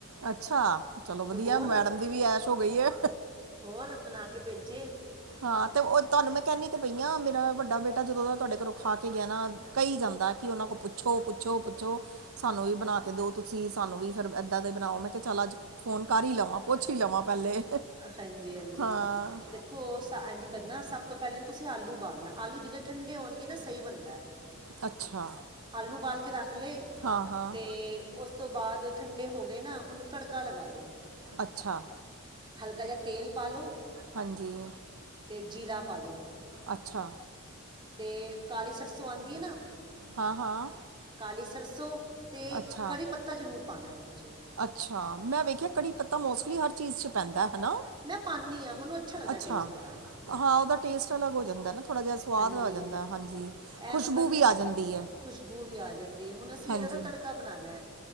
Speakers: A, on the right (about 80°); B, on the right (about 20°).
A: ਅੱਛਾ, ਚਲੋ ਵਧੀਆ
B: ਤੇ ਹੋਰ
A: ਮੈਡਮ ਦੀ ਵੀ ਐਸ਼ ਹੋ ਗਈ ਐ।
B: ਹੋਰ ਬਣਾ ਕੇ ਭੇਜੇ।
A: ਹਾਂ ਤੇ ਉਹ ਤੁਹਾਨੂੰ ਮੈਂ ਕਹਿੰਦੀ ਤਾਂ ਪਈ ਹਾਂ ਮੇਰਾ ਵੱਡਾ ਬੇਟਾ ਜਦੋਂ ਦਾ ਤੁਹਾਡੇ ਘਰੋਂ ਖਾ ਕੇ ਗਿਆ ਨਾ। ਕਹੀ ਜਾਂਦਾ ਕਿ ਉਹਨਾਂ ਕੋਲ ਪੁੱਛੋ ਪੁੱਛੋ ਪੁੱਛੋ। ਸਾਨੂੰ ਵੀ ਬਣਾ ਕੇ ਦਿਓ ਤੁਸੀਂ ਸਾਨੂੰ ਵੀ ਫਿਰ ਏਦਾਂ ਦੇ ਬਣਾਓ ਮੈਂ ਕਿਹਾ ਚੱਲ ਅੱਜ। ਫੋਨ ਕਰ ਹੀ ਲਵਾਂ ਪੁੱਛ ਹੀ ਲਵਾਂ ਪਹਿਲੇ।
B: ਹਾਂਜੀ ਹਾਂਜੀ
A: ਹਾਂ
B: ਦੇਖ। ਇੰਝ ਕਰਨਾ ਸਭ ਤੋਂ ਪਹਿਲਾਂ ਤੁਸੀਂ ਆਲੂ ਉਬਾਲਣਾ ਆਲੂ ਜਿੰਨੇ ਠੰਡੇ ਹੋਣਗੇ ਨਾ ਸਹੀ ਬਣਦਾ।
A: ਅੱਛਾ।
B: ਆਲੂ ਉਬਾਲ ਕੇ ਰੱਖ ਲੈ ਅਤੇ
A: ਹਾਂ ਹਾਂ
B: ਉਸ। ਉਸ ਤੋਂ ਬਾਅਦ ਠੰਡੇ ਹੋ ਗਏ ਨਾ ਉਹਨੂੰ ਤੜਕਾ ਲਗਾ ਲੋੋ।
A: ਅੱਛਾ।
B: ਹਲਕਾ ਜਿਹਾ ਤੇਲ ਪਾ ਲਓ।
A: ਹਾਂਜੀ।
B: ਤੇ ਜ਼ੀਰਾ ਪਾ ਲਓ।
A: ਅੱਛਾ।
B: ਤੇ ਕਾਲੀ ਸਰਸੋਂ ਆਉਂਦੀ ਹੈ ਨਾ।
A: ਹਾਂ ਹਾਂ।
B: ਕਾਲੀ ਸਰਸੋਂ ਅਤੇ
A: ਅੱਛਾ
B: ਕੜ੍ਹੀ ਪੱਤਾ ਜ਼ਰੂਰ ਪਾਉਣਾ ਵਿੱਚ।
A: ਅੱਛਾ ਮੈਂ ਵੇਖਿਆ ਕੜੀ ਪੱਤਾ ਮੋਸਟਲੀ ਹਰ ਚੀਜ਼ ਚ ਪੈਂਦਾ ਹੈਨਾ।
B: ਮੈਂ ਪਾਨੀ ਹਾਂ ਮੈਨੂੰ। ਲੱਗਦਾ
A: ਅੱਛਾ
B: ਟੇਸਟ ਉਹਦਾ
A: ਹਾਂ, ਉਹਦਾ ਟੇਸਟ ਅਲੱਗ ਹੋ ਜਾਂਦਾ ਨਾ। ਥੋੜ੍ਹਾ ਜਿਹਾ ਸਵਾਦ
B: ਹਾਂਜੀ
A: ਆ ਜਾਂਦਾ ਹਾਂਜੀ
B: ਇਹ
A: ਖੁਸ਼ਬੂ
B: ਮਤਲਬ ਫਿਰ
A: ਵੀ ਆ
B: ਨਾ
A: ਜਾਂਦੀ ਹੈ।
B: ਖੁਸ਼ਬੂ ਵੀ ਆ ਜਾਂਦੀ ਹੈ। ਹੁਣ ਅਸੀਂ
A: ਹਾਂਜੀ
B: ਇਹਦਾ ਤੜਕਾ ਬਣਾਉਦੇ ਆ